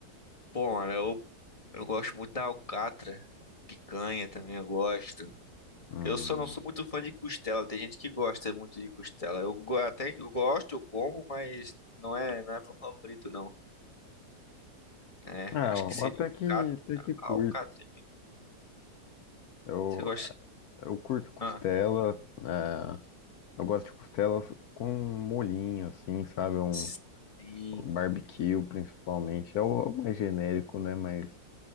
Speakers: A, on the left; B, on the left.
A: Pô, mano, eu, eu gosto muito da alcatra, picanha também eu gosto.
B: Hum.
A: Eu só não sou muito fã de costela, tem gente que gosta muito de costela. Eu go- até que eu gosto, eu como, mas não é, não é meu favorito, não. É,
B: Ah,
A: acho que
B: eu
A: seria
B: até
A: alcatra,
B: que, até que curto.
A: alcatra. e pi-
B: Eu,
A: Você gosta?
B: eu curto costela.
A: Ah,
B: é, eu gosto de costela com molhinho, assim, sabe? Um
A: sim.
B: barbecue, principalmente. É o, é o mais genérico, né? Mas